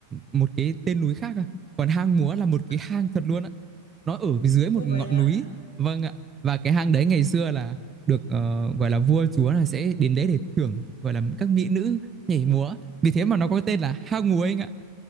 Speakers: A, on the right; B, on the left.
A: một cái tên núi khác à. Còn hang múa là một cái
B: À,
A: hang thật luôn á. nó ở dưới một
B: ô
A: ngọn
B: vậy hả
A: núi vâng ạ và cái hang đấy ngày xưa là được ờ, gọi là vua chúa là sẽ đến đấy để thưởng gọi là các mỹ nữ nhảy múa vì thế mà nó có tên là hang múa anh ạ